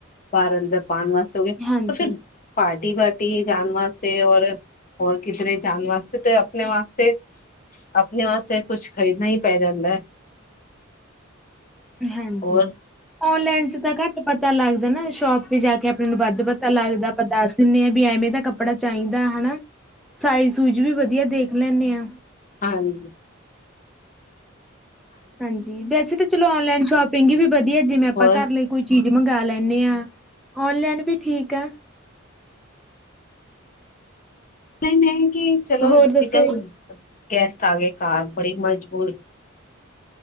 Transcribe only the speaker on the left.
ਬਾਰ ਅੰਦਰ ਪਾਉਣ ਵਾਸਤੇ ਹੋ ਗਏ
ਪਰ ਫਿਰ ਪਾਰਟੀ ਵਾਰਟੀ ਜਾਣ ਵਾਸਤੇ ਔਰ ਹੋਰ ਕਿਧਰੇ ਜਾਣ ਵਾਸਤੇ ਤੇ ਆਪਣੇ ਵਾਸਤੇ ਆਪਣੇ ਵਾਸਤੇ ਕੁਛ ਖਰੀਦਣਾ ਹੀ ਪੈ ਜਾਂਦਾ ਹੈ।
ਹੋਰ
ਹਾਂਜੀ ਜ
ਹੋਰ
ਨਹੀਂ-ਨਹੀਂ ਕਿ ਚਲੋ
ਜਿਦਨ
ਗੈਸਟ ਆ ਗਏ ਘਰ ਬੜੀ ਮਜਬੂਰ